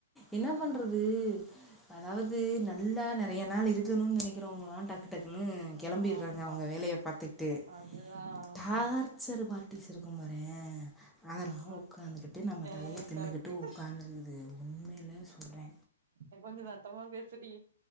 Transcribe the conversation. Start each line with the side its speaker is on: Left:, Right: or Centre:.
Centre: என்ன
Right: ஆ
Centre: பண்ற து அதாவுது நல்லா நெறைய நாளு இருக்கணு நெனைக்கிறவங்களா டக் டக்குன்னு கெளம்பிறாங்க
Right: ஆமா
Centre: அவுங்க வேலைய பாத்துக்ட்டு
Right: அதுதா ஆமா
Centre: டார்ச்சர் பார்ட்டிஸ் இருக்கும் பாறே அதெல்லா
Right: அதுதா
Centre: உக்காந்துக்கிட்டு நம்ம
Right: ஆ
Centre: தலைய தின்னுக்கிட்டு
Right: கரெக்ட்டு
Centre: உக்காந்திருந்து உண்மைலே சொல்றே
Right: எ கொஞ்ச சத்தமா பேசுடி